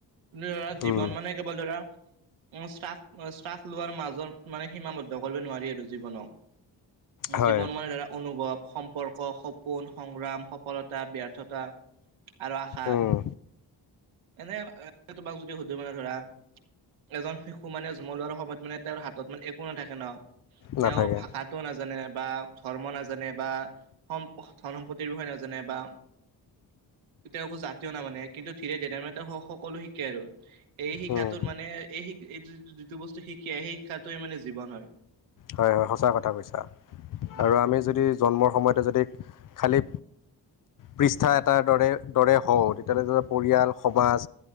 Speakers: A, on the right; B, on the left.
A: ধৰা জীৱন
B: উম
A: মানে কেৱল ধৰা। শাস শ্বাস লোৱাৰ মাজত মানে সীমাবদ্ধ কৰিব নোৱাৰি আৰু জীৱনক।
B: হয়
A: জীৱন মান ধৰা অনুভৱ সম্পৰ্ক। সপোন সংগ্ৰাম সফলতা ব্যৰ্থতা আৰু আশা।
B: উম
A: এনে তোমাক যদি শুধু মানে ধৰা। এজন শিশু মানে জন্ম লোৱাৰ সময়ত মানে তেওঁৰ হাতত মানে একো নাথাকে ন।
B: নাথাকে
A: তেওঁ ভাষাটো নাজানে বা ধৰ্ম নাজানে বা সম। ধন সম্পত্তিৰ বিষয়ে নাজানে বা কেতিয়াও একো জাতীয় ন মানে। কিন্তু ধীৰে ধীৰে মানে ত সকলো শিকে আৰু এই শিক্ষাটোৰ
B: উম,
A: মানে এই শ। এই যিটো বস্তু শিকে সেই শিক্ষাটোৱেই মানে জীৱন হয়।
B: হয় হয় সঁচা কথা কৈছা
A: উম
B: আৰু আমি যদি জন্মৰ সময়তে যদি। খালী। পৃষ্ঠা এটাৰ দৰে দৰে হওঁ তেতিয়া হ'লে পৰিয়াল সমাজ